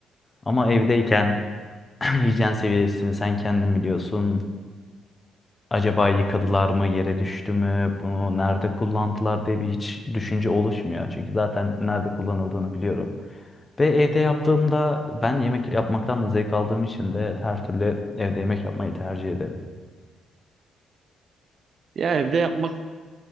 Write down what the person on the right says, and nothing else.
Ya evde yapmak